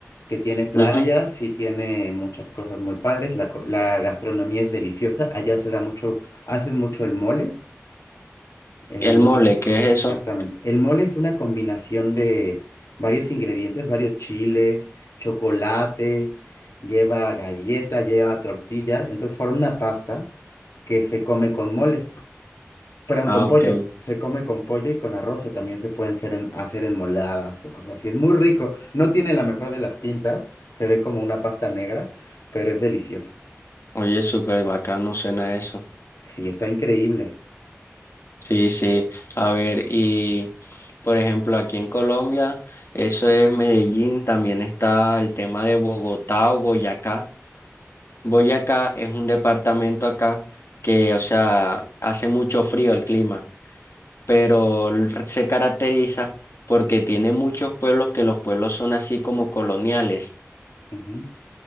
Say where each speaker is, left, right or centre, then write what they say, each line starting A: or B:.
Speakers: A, on the left; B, on the left.
A: que tiene playas
B: Ujú.
A: y tiene muchas cosas muy padres. La, co- la gastronomía es deliciosa. Allá se da mucho, hacen mucho el mole. El
B: ¿Y el
A: mole,
B: mole, qué es
A: exactamente.
B: eso?
A: El mole es una combinación de varios ingredientes, varios chiles, chocolate, lleva galleta, lleva tortilla. Entonces forma una pasta que se come con mole, perdón,
B: Ah,
A: con pollo.
B: okay
A: Se come con pollo y con arroz o también se pueden hacer, en, hacer enmoladas o cosas así. Es muy rico. No tiene la mejor de las pintas, se ve como una pasta negra, pero es delicioso.
B: oye, súper bacano suena eso.
A: Sí, está increíble.
B: Sí, sí, a ver, y... Por ejemplo, aquí en Colombia, eso es Medellín, también está el tema de Bogotá o Boyacá. Boyacá es un departamento acá que, o sea, hace mucho frío el clima, pero l- se caracteriza porque tiene muchos pueblos que los pueblos son así como coloniales.
A: Ujú,